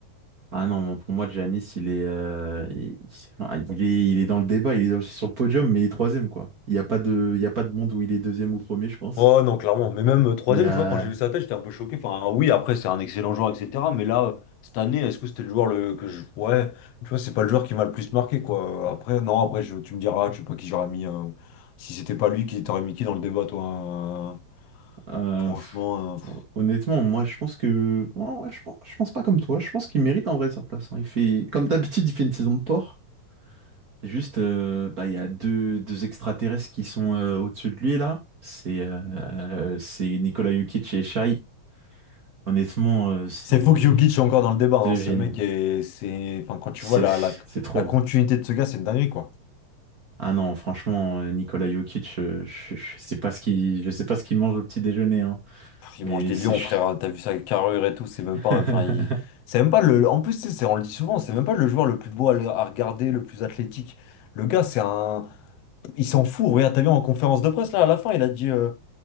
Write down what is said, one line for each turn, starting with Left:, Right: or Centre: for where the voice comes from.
Right: ah non, bon, pour moi, Giannis, il est, euh, il, ah, il est, il est dans le débat, il est dans- sur le podium, mais il est troisième, quoi. Il n'y a pas de, il y a pas de monde où il est deuxième ou premier, je pense.
Left: Ouais, non, clairement. Mais même euh, troisième,
Right: Il y a,
Left: tu vois, quand j'ai vu sa tête, j'étais un peu choqué. Enfin, oui, après, c'est un excellent joueur, etc. Mais là, euh, cette année, est-ce que c'était le joueur le... que je. Ouais, tu vois, c'est pas le joueur qui m'a le plus marqué, quoi. Euh, Après, non, après, je... tu me diras, je sais pas qui j'aurais mis. euh, Si c'était pas lui, qui t'aurais mis qui dans le débat, toi? euh,
Right: Euh,
Left: Franchement.
Right: pff,
Left: euh, pff.
Right: honnêtement, moi, je pense que. Ouais, ouais, je pense, je pense pas comme toi. Je pense qu'il mérite en vrai sa place. hein. Il fait, comme d'habitude, il fait une saison de porc. Juste, euh, bah, il y a deux, deux extraterrestres qui sont euh, au-dessus de lui, là. C'est euh, c'est Nikola Jokic et Shai. Honnêtement, euh, c'est
Left: C'est fou que Jokic est encore dans le débat. hein.
Right: deux
Left: Ce
Right: génies.
Left: mec, est... c'est. Enfin, quand tu
Right: C'est
Left: vois la, la...
Right: c'est trop.
Left: la continuité
Right: hein.
Left: de ce gars, c'est une dinguerie, quoi.
Right: Ah non, franchement, euh, Nikola Jokic, euh, je, je sais pas ce qu'il, je sais pas ce qu'il mange au petit déjeuner, hein.
Left: Pff, Ils
Right: Mais
Left: mangent des
Right: c'est.
Left: lions,
Right: ch-
Left: frère. T'as vu sa carrure et tout. C'est même
Right: <laughs>
Left: pas. Enfin, il... c'est même pas le. En plus, tu sais, c'est- on le dit souvent, c'est même pas le joueur le plus beau à, le- à regarder, le plus athlétique. Le gars, c'est un. Il s'en fout. Regarde, t'as vu en conférence de presse, là, à la fin, il a dit. euh,